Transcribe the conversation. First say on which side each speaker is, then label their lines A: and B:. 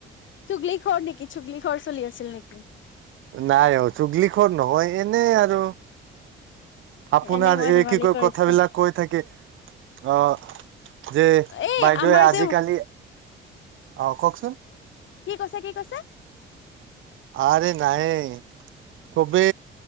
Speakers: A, on the left; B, on the right.
A: চুগলি খৰ নেকি চুগলি খৰ চলি <inaudible>
B: নাই অ, চুগলিখৰ নহয়, এনে আৰু আপোনাৰ
A: এনে মই
B: এই
A: ধেমালি
B: কি কয়,
A: কৰিছো।
B: কথাবিলাক কৈ থাকে। অ, যে
A: এই
B: বাইদেৱে
A: আমাৰ
B: আজিকালি,
A: যে
B: অ কওকচোন
A: কি কৈছে কি কৈছে?
B: আৰে নাই, কবে